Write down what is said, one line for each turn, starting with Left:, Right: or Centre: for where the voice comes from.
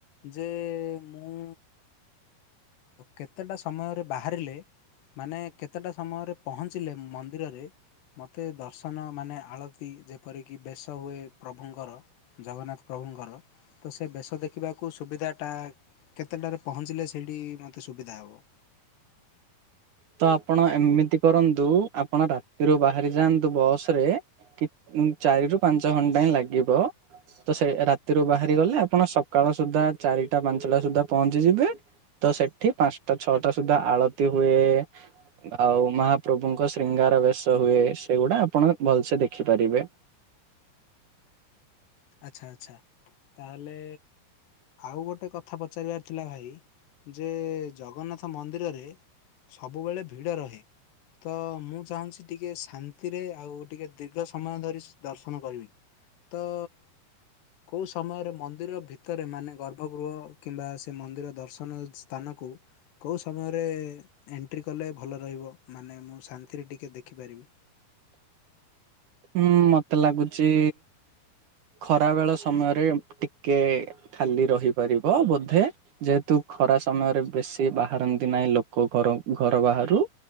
Left: ଯେ ମୁଁ କେତେଟା ସମୟରେ ବାହାରିଲେ ମାନେ କେତେଟା ସମୟରେ ପହଞ୍ଚିଲେ ମ ମନ୍ଦିରରେ ମତେ ଦର୍ଶନ ମାନେ ଆଳତି ଯେପରିକି ବେଶ ହୁଏ ପ୍ରଭୁଙ୍କର। ଜଗନ୍ନାଥ ପ୍ରଭୁଙ୍କର ତ ସେ ବେଶ ଦେଖିବାକୁ ସୁବିଧାଟା କେତେଟାରେ ପହଞ୍ଚିଲେ ସେଇଠି ମୋତେ ସୁବିଧା ହେବ?
Right: ତ ଆପଣ ଏମିତି କରନ୍ତୁ ଆପଣ ରାତିରୁ ବାହାରି ଯାଆନ୍ତୁ ବସ ରେ କିଟ୍ ଚାରି ରୁ ପାଞ୍ଚ ଘଣ୍ଟା ହିଁ ଲାଗିବ ତ ସେ ରାତିରୁ ବାହାରି ଗଲେ ଆପଣ ସକାଳ ସୁଦ୍ଧା ଚାରିଟା ପାଞ୍ଚଟା ସୁଧା ପହଞ୍ଚିଯିବେ ତ ସେଠି ପାଞ୍ଚଟା ଛଅଟା ସୁଦ୍ଧା ଆଳତି ହୁଏ, ଆଉ ମହାପ୍ରଭୁଙ୍କ ଶ୍ରୀଙ୍ଗାର ବେଶ ହୁଏ, ସେଗୁଡ଼ା ଆପଣ ଭଲସେ ଦେଖିପାରିବେ।
Left: ଆଚ୍ଛା ଆଚ୍ଛା ତାହେଲେ ଆଉ ଗୋଟେ କଥା ପଚାରିବାର ଥିଲା ଭାଇ। ଯେ ଜଗନ୍ନାଥ ମନ୍ଦିରରେ ସବୁବେଳେ ଭିଡ଼ ରହେ ତ ମୁଁ ଚାହୁଁଛି ଟିକେ ଶାନ୍ତିରେ ଆଉ ଟିକେ ଦୀର୍ଘ ସମୟ ଧରି ଦର୍ଶନ କରିବି। ତ କୋଉ ସମୟରେ ମନ୍ଦିର ଭିତରେ ମାନେ ଗର୍ଭଗୃହ କିମ୍ବା ସେ ମନ୍ଦିର ଦର୍ଶନ ସ୍ଥାନକୁ କୋଉ ସମୟରେ ଏଣ୍ଟ୍ରି କଲେ ଭଲ ରହିବ, ମାନେ ମୁଁ ଶାନ୍ତିରେ ଟିକେ ଦେଖିପାରିବି।
Right: ହୁଁ ମତେ ଲାଗୁଚ ଖରା ବେଳ ସମୟରେ ଟିକେ ଖାଲି ରହିପାରିବ ବୋଧେ ଯେହେତୁ ଖରା ସମୟରେ ବେଶୀ ବାହାରନ୍ତି ନାହିଁ ଲୋକ ଘର ଘର ବାହାରୁ।